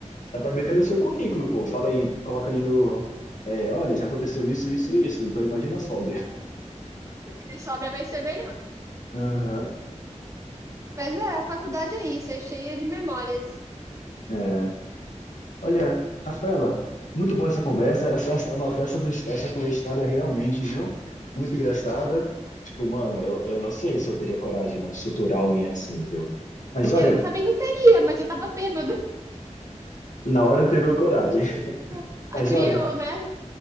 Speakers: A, on the left; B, on the right.
A: Dá pra meter no seu currículo, pô. Fala aí, coloca ali no. é, olha, já aconteceu isso, isso, isso. Então imagina a sóbria.
B: ele sobra vai ser melhor.
A: Aham.
B: Mas é, a faculdade é isso, é cheia de memórias.
A: É. Olha, Rafaela, muito boa essa conversa. Essa, essa, nossa, essa, essa tua história realmente, viu? Muito engraçada. Tipo, mano, eu, eu não sei se eu teria coragem, mano, de suturar alguém assim, viu? Mas olha,
B: Eu não também não teria, mas eu tava bêbado.
A: na hora não teve coragem. <laughs>
B: <laughs>
A: Mas
B: A criou,
A: olha,
B: né?